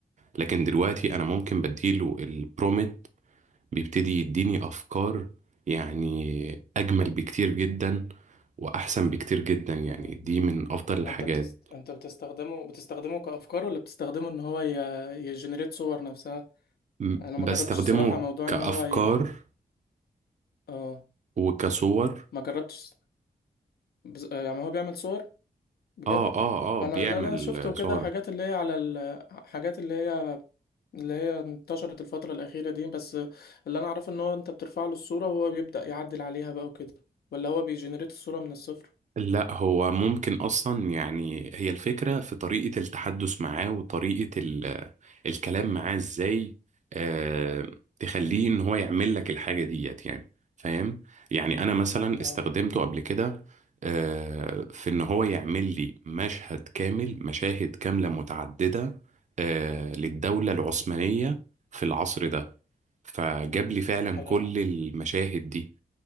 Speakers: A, on the right (about 50°); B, on the left (about 80°).
A: لكن دلوقتي انا ممكن بديله البرومت بيبتدي يديني افكار يعني اجمل بكتير جدا واحسن بكتير جدا يعني
B: آه.
A: دي من افضل الحاجات
B: انت بتست... انت بتستخدمه بتستخدمه كافكار ولا بتستخدمه ان هو ي... يجنريت صور نفسها
A: م-
B: انا
A: بستخدمه
B: ما جربتش الصراحه موضوع
A: كأفكار
B: ان هو ي... اه
A: وكصور
B: ما جربتش بز... آه، يعني هو بيعمل صور بجد
A: اه اه
B: انا
A: اه بيعمل
B: اللي انا شفته كده
A: صور
B: حاجات اللي هي على ال... حاجات اللي هي اللي هي انتشرت الفتره الاخيره دي بس اللي انا اعرفه ان هو انت بترفع له الصوره وهو بيبدا يعدل عليها بقى وكده ولا هو بيجنريت الصوره من الصفر
A: لا هو ممكن اصلا يعني هي الفكره في طريقه التحدث معاه وطريقه ال- الكلام معاه ازاي آه تخليه ان هو يعمل لك الحاجه ديت يعني فاهم يعني انا مثلا استخدمته
B: اه
A: قبل كده آه في ان هو يعمل لي مشهد كامل مشاهد كامله متعدده آه للدوله العثمانيه في العصر ده فجاب لي فعلا
B: اه حلو
A: كل
B: ده
A: المشاهد دي